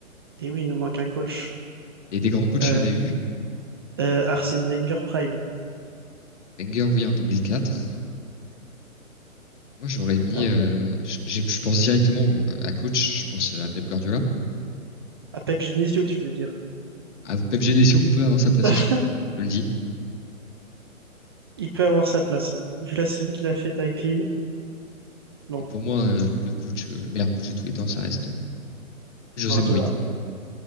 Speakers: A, on the right; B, on the left.
A: Et oui, il nous manque un coach.
B: Et des grands coachs,
A: Euh,
B: il y en a eu.
A: euh, Arsène Wenger Prime.
B: Wenger, oui, en 2004. Moi, j'aurais mis,
A: À,
B: euh, je, je pense directement euh, à coach, je pense à Pep Guardiola.
A: à Pep Genesio, tu veux dire.
B: À Pep Genesio peut avoir sa place
A: <laughs>
B: ici, hein. je le dis.
A: Il peut avoir sa place, hein. Vu la saison qu'il a faite avec Lille. Non,
B: Et pour moi, euh, le coach, euh, le meilleur coach de tous les temps, ça reste euh, José
A: Guardiola.
B: Mourinho.